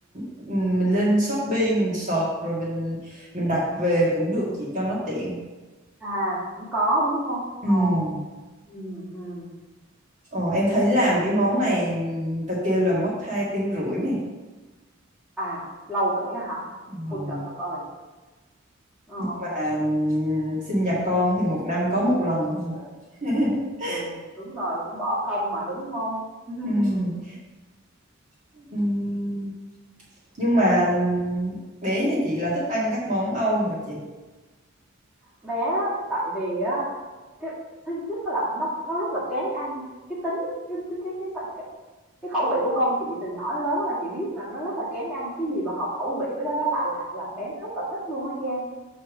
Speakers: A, on the right; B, in the centre.
A: ừ, mình lên Shopee mình search rồi mình mình đặt về cũng được chị cho nó tiện
B: à cũng có đúng không
A: Ừm,
B: ồ ừ ừ
A: Ờ, em thấy làm cái món này người ta kêu là mất hai tiếng rưỡi này
B: à lâu vậy á hả
A: Ờ.
B: ôi trời đất ơi ờ
A: mà sinh nhật con thì một năm có một lần thôi mà <laughs>
B: trời, đúng rồi cũng bỏ công mà đúng không <laughs>
A: Ừm, ừm, nhưng mà bé nhà chị là thích ăn các món Âu hả chị
B: bé á, tại vì á cái thứ nhất là nó nó rất là kén ăn cái tính cái cái cái cái, cái, Cái khẩu vị của con chị từ nhỏ đến lớn là chị biết là nó rất là kén ăn cái gì mà hợp khẩu vị với nó nó lạ lạ là bé nó rất là thích luôn á Giang